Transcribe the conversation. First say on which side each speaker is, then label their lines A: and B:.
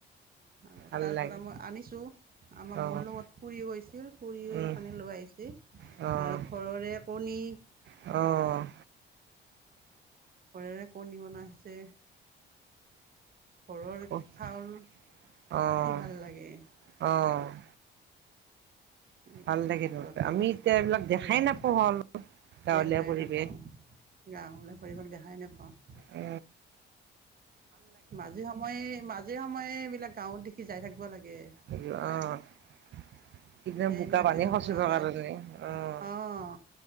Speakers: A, on the right; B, on the right.
A: আৰু
B: ভাল
A: তাৰ পৰা
B: লাগে
A: মই আনিছোঁ আমাৰ
B: অ',
A: মোৰ লগত খুৰিও গৈছিল খুৰিও
B: উম,
A: মানে লৈ আহিছিল
B: অ',
A: আৰু ঘৰৰে কণী
B: অ',
A: ঘৰেৰে কণী বনা হৈছে ঘৰৰ
B: ক-
A: চাউল কি
B: অ',
A: ভাল লাগে।
B: অ',
A: এইবিলাক
B: ভাল লাগে
A: ঘৰতে
B: ন আমি
A: লৈছে
B: এতিয়া এইবিলাক
A: ভাল
B: দেখাই
A: লাগে
B: নাপোও হলো গাঁৱলীয়া
A: দেখাই
B: পৰিৱেশ
A: নাপাওঁ গাঁৱলীয়া পৰিৱেশ দেখাই নোপাওঁ
B: উ
A: মাজে সময়ে মাজে সময়ে বি এইবিলাক গাঁৱত দেখি যাই থাকব লাগে।
B: অ কিবা
A: তেতিয়া
B: বোকা
A: এইবিলাক
B: পানী
A: দেখা
B: খচিবৰ
A: পোৱা যায়
B: কাৰণে অ',
A: অহ